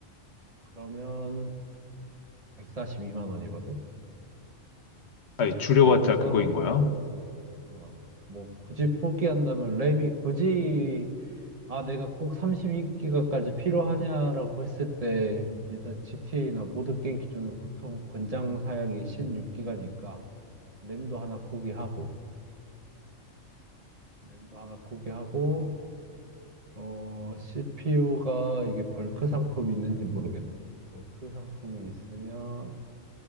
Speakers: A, on the right; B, on the left.
A: 그러면 142만 원이거든.
B: 아니,
A: 근데
B: 줄여봤자
A: 여기서
B: 그거인 거야?
A: 어, 뭐 굳이 포기한다면 램이 굳이 아, 내가 꼭 32기가까지 필요하냐라고 했을 때, 일단 GTA나 모든 게임 기준으로 보통 권장 사양이 16기가니까, 램도 하나 포기하고, 램도 하나 포기하고, 어, CPU가 이게 벌크 상품이 있는지 모르겠네. 벌크 상품이 있으면,